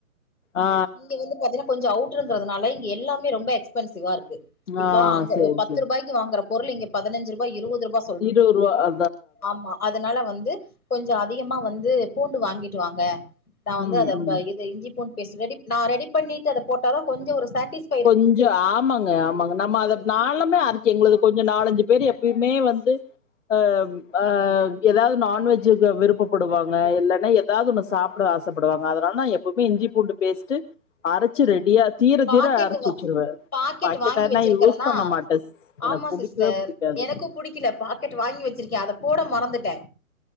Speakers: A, on the left; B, on the left.
A: ஆ
B: இங்க வந்து பாத்தீனா கொஞ்சோ அவுட்ர்ரன்துனால இங்க எல்லாமே ரொம்ப எக்ஸ்பென்சிவா இருக்கு இப்ப
A: ஆ ஆ
B: அங்க
A: சேரி
B: ஒ பத்தருபாய்க்கு
A: சேரி
B: வாங்குற பொருள் இங்க பதினஞ்சு ருபா இருவது ருபா
A: இருவருவா அ
B: ஆமா அதுனால வந்து கொஞ்சு அதிகமா வந்து பூண்டு வாங்கிட்டு வாங்க நா வந்து
A: ம்
B: அத ப்ப
A: ம்
B: இது இஞ்சி பூண் பேஸ்ட் ரெடி ப நா ரெடி பண்ணிட்டு அத போட்டா தா கொஞ்சோ ஒரு சாட்டீஸ்
A: கொஞ்சோ ஆமா ங்க ஆமாங்க நம்ம அத நாளுமே அரிச்ச எங்களுக்கு கொஞ்சோ நாலஞ்சு பேரு எப்பயுமே வந்து அ அ எதாவ் நான்வெஜ்ஜு ப விருப்பப்படுவாங்க இல்லன்னா எ தாவ்தொன்னு சாப்பிட ஆசப்படுவாங்க அதனால் நா எப்பவுமே இஞ்சி பூண்டு பேஸ்ட்டு அரச்சு ரெடியா தீரத்
B: பாக்கெட்
A: தீர அரச்சு
B: வா
A: வெச்சிருவே
B: பாக்கெட்
A: பாக்கெட்டன்னா
B: வாங்கி வச்சிருக்கறனா
A: யூஸ் பண்ண மாட்ட
B: ஆமா
A: எனக் புடிக்வே
B: சிஸ்டர்
A: புடிக்காது
B: எனக்கு புடிக்கல பாக்கெட் வாங்கி வச்சிருக்கே அத போட மறந்துட்டே